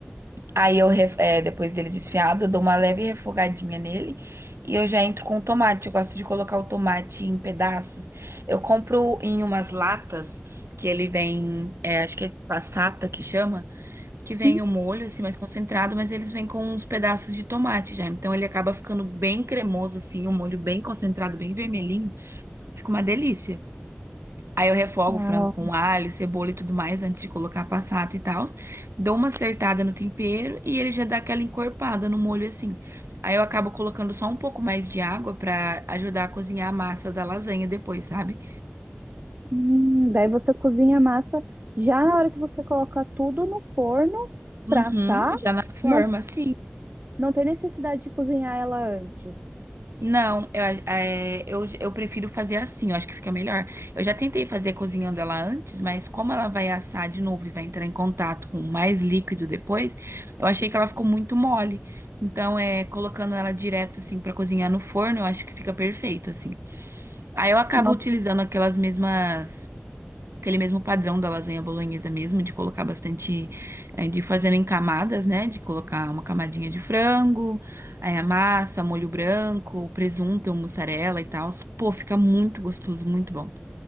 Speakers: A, on the right; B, on the right.
A: aí eu, ref- é, depois dele desfiado, eu dou uma leve refogadinha nele e eu já entro com o tomate. Eu gosto de colocar o tomate em pedaços. Eu compro em umas latas que ele vem, é, acho que é passata que chama que vem
B: Hum,
A: o molho, assim, mais concentrado, mas eles vêm com uns pedaços de tomate já. Então ele acaba ficando bem cremoso, assim, um molho bem concentrado, bem vermelhinho. Fica uma delícia. Aí eu refogo
B: Ah,
A: o frango com alho, cebola e tudo mais antes de colocar a passata e tal. Dou uma acertada no tempero e ele já dá aquela encorpada no molho, assim. Aí eu acabo colocando só um pouco mais de água pra ajudar a cozinhar a massa da lasanha depois, sabe?
B: Hum, daí você cozinha a massa já na hora que você coloca tudo no forno
A: Uhum,
B: para assar.
A: já na forma,
B: Não,
A: assim.
B: não tem necessidade de cozinhar ela antes.
A: Não, eu, é, eu, eu prefiro fazer assim, eu acho que fica melhor. Eu já tentei fazer cozinhando ela antes, mas como ela vai assar de novo e vai entrar em contato com mais líquido depois, eu achei que ela ficou muito mole. Então, é, colocando ela direto assim pra cozinhar no forno, eu acho que fica perfeito assim. Aí eu acabo
B: Nossa.
A: utilizando aquelas mesmas aquele mesmo padrão da lasanha bolonhesa mesmo, de colocar bastante, eh, de fazer em camadas, né? De colocar uma camadinha de frango, aí a massa, molho branco, presunto, mussarela e tal. Pô, fica muito gostoso, muito bom,